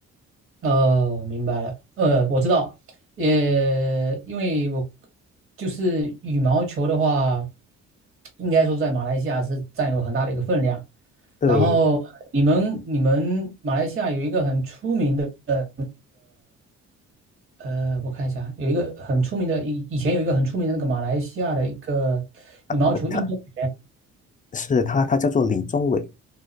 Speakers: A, on the right (about 45°); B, on the left (about 25°).
A: 呃，明白了。呃，我知道，呃，因为我就是羽毛球的话，应该说在马来西亚是占有很大的一个分量。
B: 对，
A: 然后你们你们马来西亚有一个很出名的，呃，我看一下，有一个很出名的，以以前有一个很出名的那个马来西亚的一个羽毛球运动员。
B: 他是他，他叫做李宗伟。